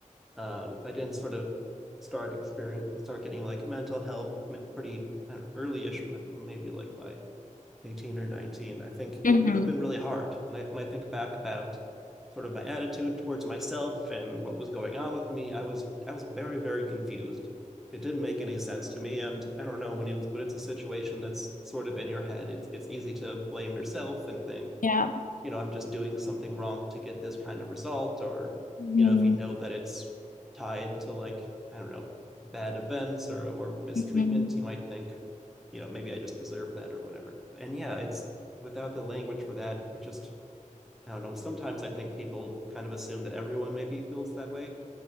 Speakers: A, in the centre; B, on the left.
A: um, if I didn't sort of start experience start getting like mental help pretty I don't know early-ish, maybe like by 18 or 19 i think it
B: hmm
A: would have been really hard when i when i think back about sort of my attitude towards myself and what was going on with me i was i was very very confused it didn't make any sense to me and i don't know when it's when it's a situation that's sort of in your head it's it's easy to blame yourself and think
B: Yeah.
A: you know, I'm just doing something wrong to get this kind of result, or,
B: hmm
A: you know, if you know that it's tied to like, I don't know, bad events or or mistreatment,
B: hmm
A: you might think, you know, maybe I just deserve that or whatever. And yeah, it's without the language for that, it just I don't know. Sometimes I think people kind of assume that everyone maybe feels that way. I